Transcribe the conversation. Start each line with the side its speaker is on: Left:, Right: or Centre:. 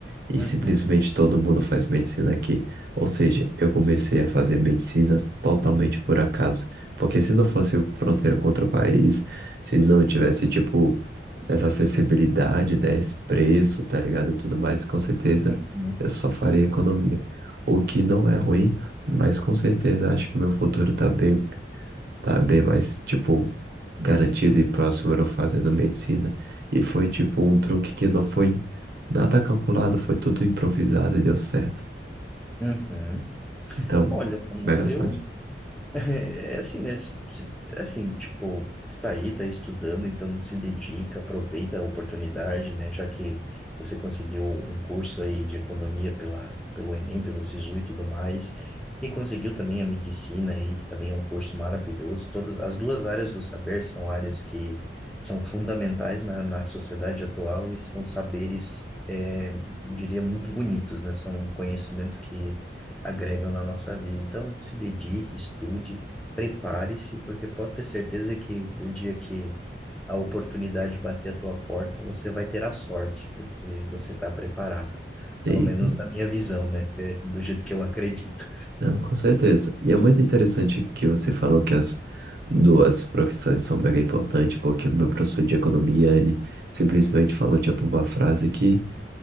Right: E
Centre: uhum,
Right: simplesmente todo mundo faz medicina aqui. Ou seja, eu comecei a fazer medicina totalmente por acaso. Porque se não fosse fronteira com outro país, se não tivesse, tipo, essa acessibilidade, né, esse preço, tá ligado? E tudo mais, com certeza
Centre: uhum, uhum.
Right: eu só faria economia. O que não
Centre: Entendi.
Right: é ruim, mas com certeza acho que meu futuro tá bem tá bem mais, tipo, garantido e próximo era eu fazendo medicina. E foi, tipo, um truque que não foi nada calculado, foi tudo improvisado e deu certo.
Centre: Uhum.
Right: Então,
Centre: Olha, mano,
Right: mega sorte.
Centre: eu É é assim, né? Se- se- Assim, tipo, tu tá aí, tá estudando, então se dedica, aproveita a oportunidade, né? Já que você conseguiu um curso aí de economia pela, pelo Enem, pelo Sisu e tudo mais, e conseguiu também a medicina aí, que também é um curso maravilhoso. Todas as duas áreas do saber são áreas que são fundamentais na, na sociedade atual e são saberes, é, eu diria, muito bonitos, né? São conhecimentos que agregam na nossa vida. Então, se dedique, estude, prepare-se, porque pode ter certeza que o dia que a oportunidade bater a tua porta, você vai ter a sorte, porque você está preparado.
Right: Sim,
Centre: Pelo menos na minha visão, né? É Do jeito que eu acredito.
Right: não, com certeza. E é muito interessante que você falou que as duas profissões são mega importantes, porque o meu professor de economia, ele simplesmente falou, tipo, uma frase que